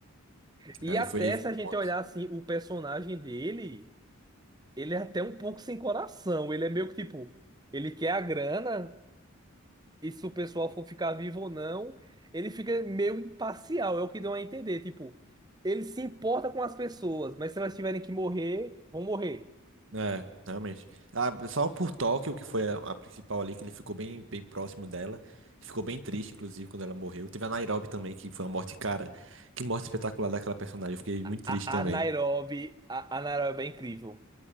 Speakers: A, on the right (about 20°); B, on the right (about 60°).
A: E
B: Ali
A: até
B: foi, foi
A: se a
B: o
A: gente
B: ponto.
A: olhar assim o personagem dele. ele é até um pouco sem coração. Ele é meio que tipo, ele quer a grana, e se o pessoal for ficar vivo ou não, ele fica meio imparcial, é o que deu a entender. Tipo, ele se importa com as pessoas, mas se elas tiverem que morrer, vão morrer.
B: É, realmente. Ah, só por Tóquio, que foi a, a principal ali, que ele ficou bem, bem próximo dela. Ficou bem triste, inclusive, quando ela morreu. Teve a Nairobi também, que foi uma morte, cara. Que morte espetacular daquela personagem. Eu fiquei muito
A: A,
B: triste também.
A: a Nairobi, a, a Nairobi é incrível.